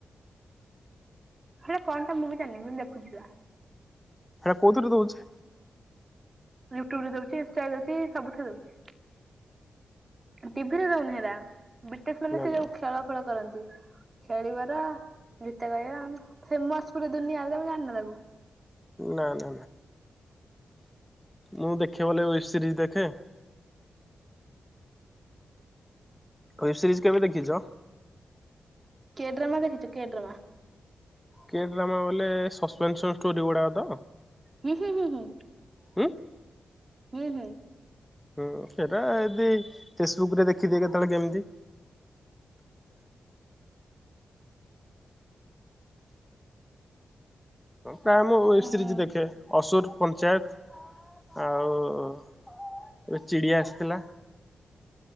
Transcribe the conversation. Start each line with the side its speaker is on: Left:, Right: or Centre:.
Right: ସେଇଟା କଣ ଟା ମୁଁ ବି ଜାଣିବି ମୁଁ ଦେଖୁଚି ବା।
Centre: ସେଇଟା କୋଉଥିରେ ଦଉଚି?
Right: ୟୁଟ୍ୟୁବ୍ ରେ ଦଉଚି ଇନଷ୍ଟା ରେ ଦଉଚି ସବୁଥିରେ ଦଉଚି। ଟିଭିରେ ଦଉନି ହେଲା ବିଟିଏସ୍ ମାନେ
Centre: ନା
Right: ସେ
Centre: ନା
Right: ଯୋଉ ଖେଳ ଫେଳ କରନ୍ତି। ଖେଳିବାର ଗୀତ ଗାଇବା ଫେମସ୍ ପୁର ଦୁନିଆରେ ତମେ ଜାଣିନ ତାକୁ?
Centre: ନା-ନା ମୁଁ ଦେଖେ ବୋଲେ ୱେବ୍ ସିରିଜି ଦେଖେ। ୱେବ୍ ସିରିଜି କେବେ ଦେଖିଚ?
Right: କେଡ୍ରାମା ଦେଖିଚୁ କେଡ୍ରାମା।
Centre: କେଡ୍ରାମା ବୋଲେ ସପେନସନ୍ ଷ୍ଟୋରି ଗୁଡାକ ତ?
Right: ହୁଁ-ହଁ-ହୁଁ।
Centre: ହୁଁ।
Right: ହୁଁ-ହୁଁ।
Centre: ହୁଁ ସେଇଟା ଏଦି ଫେସବୁକ୍ ରେ ଦେଖିଦିଏ କେତେବେଳେ କେମ୍ତି। ପ୍ରାୟ ମୁଁ ୱେବ୍
Right: ଓହୋ
Centre: ସିରିଜ୍ ଦେଖେ, ଅସୁର୍ ପଞ୍ଚାୟତ ଆଉ ଏବେ ଚିଡ଼ିଆ ଆସିଥିଲା।